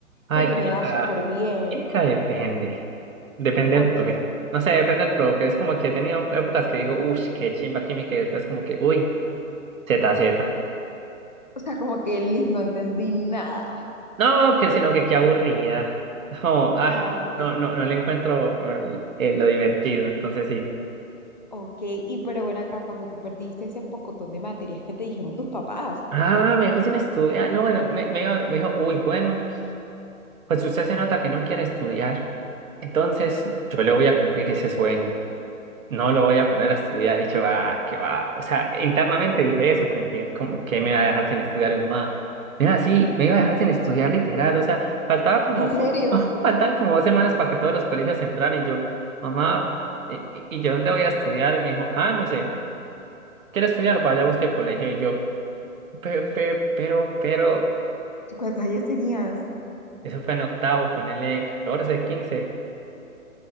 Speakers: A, on the right (about 70°); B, on the left (about 35°).
A: Ay,
B: porque
A: química,
B: me iba súper bien.
A: química depende. Depende
B: Porque,
A: del profe. No sé, depende del profe. Es como que he tenido épocas que digo, uff, qué chimba química, y después como que, uy, ZZ.
B: o sea, como que Liz no entendí nada.
A: No, que sino que qué aburrida. <laughs> No,
B: Ah,
A: ah,
B: ok.
A: no, no, no le encuentro eh, lo divertido, entonces sí.
B: Ok, y pero ven acá, cuando tú perdiste ese pocotón de materias que te dijeron tus papás,
A: Ah, me dijo sin estudiar. No, bueno, me, me iba- me dijo, uy, bueno, pues usted se nota que no quiere estudiar. Entonces, yo le voy a cumplir ese sueño. No lo voy a poner a estudiar. Y yo, ah, qué va. O sea, internamente dije eso, como que, como que me iba a dejar sin estudiar mi mamá. Mira, sí, me iba a dejar sin estudiar literal. O sea, faltaba como,
B: ¿en serio?
A: un- <laughs> faltaban como dos semanas para que todos los colegios entraran. Y yo, mamá, ¿y, y- y yo dónde voy a estudiar? Y me dijo, ah, no sé. ¿Quiere estudiar? Vaya, busque colegio. Y yo, "Pe- pe- pero, pero.
B: ¿Y cuántos años tenías?
A: Eso fue en octavo, ponele 14 quince